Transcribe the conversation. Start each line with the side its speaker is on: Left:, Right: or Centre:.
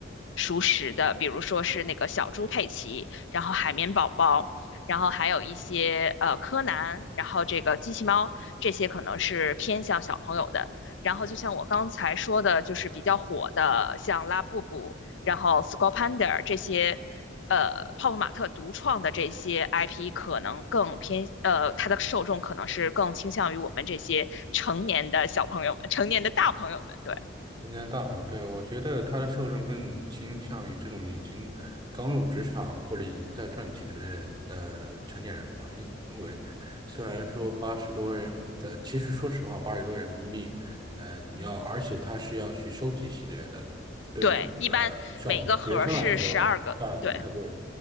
Left: 熟识的，比如说是那个小猪佩奇，然后海绵宝宝。然后还有一些呃柯南，然后这个机器猫，这些可能是偏向小朋友的。然后就像我刚才说的，就是比较火的，像拉布布，然后 s c u l l Panda 这些呃，泡泡玛特独创的这些 IP 可能更偏，呃，它的受众可能是更倾向于我们这些成年的小朋友们、成年的大朋友们。对
Right: 今天大黄，对，我觉得他的受众更倾向于这种已经刚入职场或者已经在赚钱的呃成年人吧，因因为虽然说八十多人，呃，其实说实话，八十多人民币，呃，你要，而且他是要去收集系列的，对，
Left: 对，一般每个盒儿是十二个。
Right: 呃，上学生来说价格太贵了，
Left: 对，